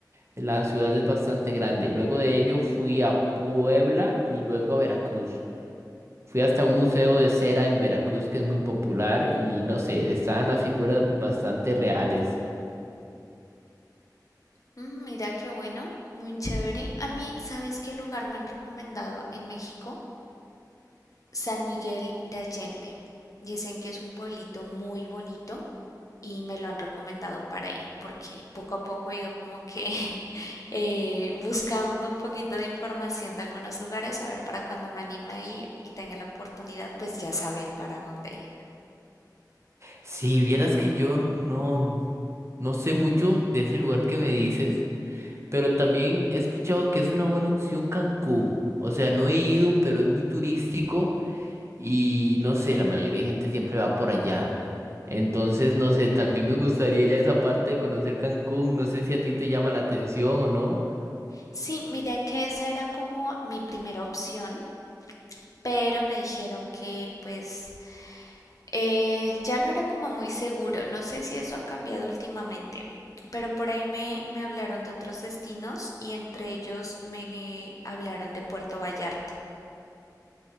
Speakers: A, on the right; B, on the left.
A: La ciudad es bastante grande. Luego de ello fui a Puebla y luego a Veracruz. Fui hasta un museo de cera en Veracruz que es muy popular y no sé, estaban las figuras bastante reales.
B: Mm, Mira qué bueno, muy chévere. A mí, ¿sabes qué lugar me han recomendado en México? San Miguel de Allende. Dicen que es un pueblito muy bonito y me lo han recomendado para ir porque poco a poco he ido como que <laughs> eh, buscando un poquito de información de algunos lugares, a ver para cuando me anime a ir y tenga la oportunidad, pues ya saber para dónde ir.
A: Si vieras que yo no, no sé mucho de ese lugar que me dices. Pero también he escuchado que es una buena opción Cancún. O sea, no he ido, pero es muy turístico y no sé, la mayoría de gente siempre va por allá. Entonces, no sé, también me gustaría esa parte de conocer Cancún. No sé si a ti te llama la atención o no.
B: Sí, mira que esa era como mi primera opción, pero me dijeron que pues Eh, ya no era como muy seguro, no sé si eso ha cambiado últimamente, pero por ahí me, me hablaron de otros destinos y entre ellos me hablaron de Puerto Vallarta.